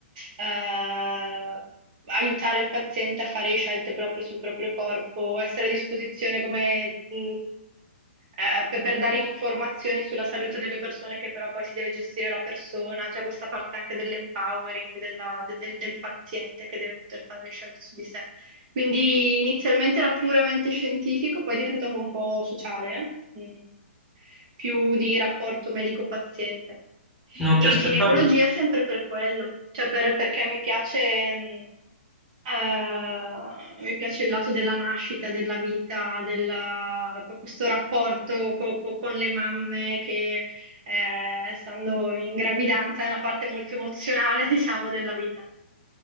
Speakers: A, on the right (about 40°); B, in the centre.
A: eh, aiutare il paziente a fare scelte proprio sul proprio corpo, essere a disposizione come, mh, eh, per, per dare informazioni sulla salute delle persone che però poi si deve gestire la persona, c'è questa parte anche dell'empowering della- de- del, del paziente che deve poter fare le scelte su di sé. Quindi inizialmente era puramente scientifico, poi è diventato anche un po' sociale, eh? mm, più di rapporto medico-paziente.
B: non
A: E
B: ti aspettavi?
A: ginecologia sempre per quello, cioè per- perché mi piace, mm, eh, mi piace il lato della nascita, della vita, della- co- questo rapporto co- co- con le mamme che, eh, stando in gravidanza, è una parte molto emozionale, <laughs> diciamo, della vita.